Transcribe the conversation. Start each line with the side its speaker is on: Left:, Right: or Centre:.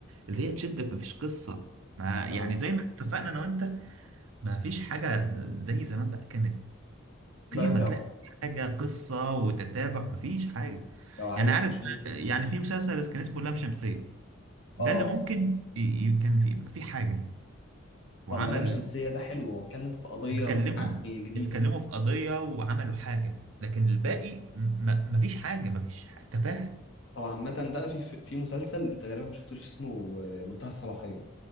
Right: اللي هي تشدك ما فيش قصة ما يعني
Left: آه.
Right: زي ما اتفقنا أنا وأنت ما فيش حاجة زي زمان بقى كانت
Left: بالك
Right: قيمة
Left: لو
Right: تلاقي حاجة قصة وتتابع ما فيش حاجة
Left: لو عايز
Right: يعني عارف
Left: تشوف
Right: يعني
Left: ماشي
Right: في مسلسل كان اسمه لام شمسية ده
Left: اه
Right: اللي ممكن ي- ي- كان في يبقى في حاجة وعمل
Left: طب ملام شمسية ده حلو واتكلم في قضية
Right: اتكلموا
Left: يعني جديدة
Right: اتكلموا في قضية وعملوا حاجة لكن الباقي م- ما ما فيش حاجة ما فيش ح- تفاهة
Left: طبعا عامة بقى في في مسلسل انت غالبا ما شفتوش اسمه آه، منتهى الصلاحية